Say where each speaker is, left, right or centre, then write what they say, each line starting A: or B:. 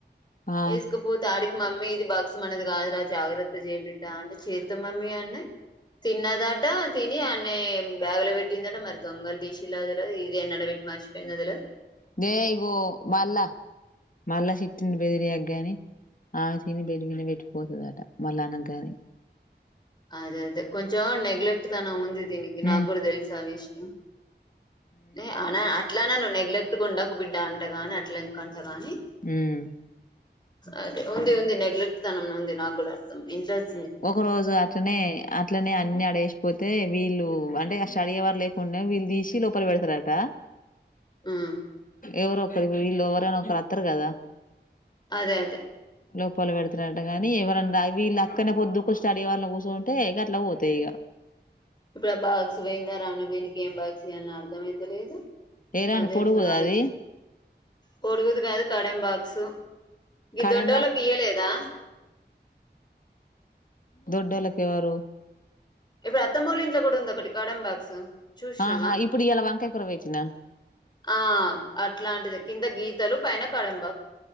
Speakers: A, on the left; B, on the left.
A: ఆ
B: ఎసుకుపోతే ఆడిక్ మమ్మీ ఇది బాక్స్ మనది కాదురా జాగ్రత్త చేయి బిడ్డా అంటే, చేత్త మమ్మీ అన్ని తిన్నదట తిని ఆన్నే బ్యాగ్ లో పెట్టిందట మర్ దొంగల్ దీశిన్ లా తెల్వది. ఇది ఏడ్నన్న పెట్ మర్చిపోయిందా తెల్వది
A: నే ఇగో మల్లా మల్ల సిట్టిండు బెదిరియక్ గాని ఆమె తిని బెడ్ మిన్నె పెట్ పోతదట మళ్ళా అనక్ గాని
B: ఆదె అదే కొంచం నెగ్లెక్ ట్ తనం ఉంది దీనికి నాకు
A: ఉమ్
B: కూడా తెలుసా ఆ విషయం నే అనా అట్లనను నేగ్ లెక్ట్ కుండకు బిడ్డ అంటగాని అట్ల ఎందుకంటగాని
A: ఉమ్
B: అదే ఉంది ఉంది నెగ్లెక్ట్ తనం ఉంది నా కూడా <inaudible> ఇంట్రెస్
A: ఒక రోజు అట్లనే అట్లనే అన్ని అడేసిపోతే వీళ్ళూ అంటే ఆ స్టడీహౌర్ లేకుండే వీళ్ దీసి లోపల పెడతరట
B: మ్మ్
A: ఎవరో ఒకరు వీళ్ళు ఎవరైనా ఒకరు అత్తరు గదా
B: అదే అదే
A: లోపల పెడుతారంటగాని ఎవరన్నా వీళ్ళ కానీ పొద్దుకు స్టడీ అవర్లా కూసుంటే గట్ల పోతయి ఇగ
B: ఇప్పుడు ఆ బాక్స్ పోయిందా రావన వీనికి ఏం బాక్స్ ఇయ్యాల్న అర్థంమయితలేదు.
A: ఏరాని
B: అదే
A: పొడుగుదా
B: <unintelligible>
A: అది
B: పోడుగుది కాదు కడెం బాక్స్ గీ
A: కడెంబాక్
B: దొడ్డోళ్ళకి ఇయ్యలేదా
A: దొడ్డోళ్ళకి ఎవరు
B: ఇప్పుడు అత్తమ్మోల ఇంట్ల కూడ ఉంది ఒకటి. కడెం బాక్స్ చూసినవా
A: ఆహా ఇప్పుడు ఇయాల వంకాయ కూర పెట్టినా
B: ఆ అట్లాంటిదే కింద గీ తలు పైన కడెం బా